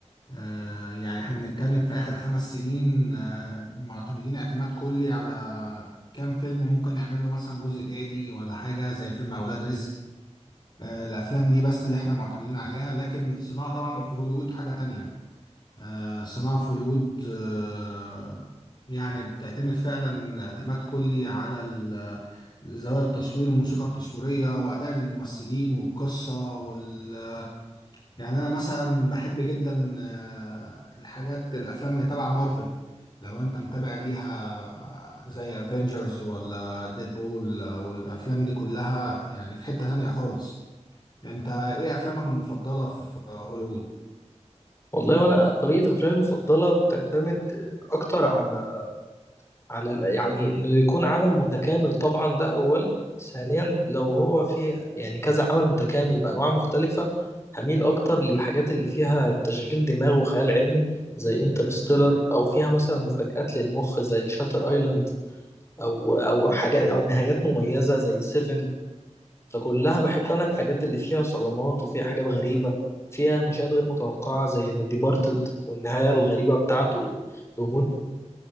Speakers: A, on the left; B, on the left.
A: آه يعني احنا بنتكلم في اخر خمس سنين آه معتمدين اعتماد كلي على كام فيلم ممكن نعمل له مثلا جزء تاني ولا حاجه زي فيلم اولاد رزق آه الافلام دي بس اللي احنا معتمدين عليها لكن صناعه طبعا في هوليوود حاجه تانية آه، صناعة في هوليوود آه، يعني بتعتمد فعلا اعتماد كلي على ال- آه، زوايا التصوير والموسيقى التصويرية وأداء الممثلين والقصة وال... يعني أنا مثلا بحب جدا آه، الحاجات الأفلام اللي تبع مارفل لو أنت متابع ليها آه، زي افنجرز ولا ديدبول والأفلام دي كلها يعني في حتة تانية خالص أنت إيه أفلامك المفضلة في هوليوود؟
B: والله وانا طريقة افلامي المفضلة بتعتمد اكتر على على ال- يعني انه يكون عمل متكامل طبعا ده اولا ثانيا لو هو فيه يعني كذا عمل متكامل بانواع مختلفه هميل اكتر للحاجات اللي فيها تشغيل دماغ وخيال علمي زي انترستيلر او فيها مثلا مفاجآت للمخ زي شاتر ايلاند او او حاجات او نهايات مميزه زي سيفن فكلها بحب انا الحاجات اللي فيها صدمات وفيها حاجات غريبه فيها مشاهد غير متوقعه زي ذا ديبارتد والنهايه الغريبه بتاعته بموت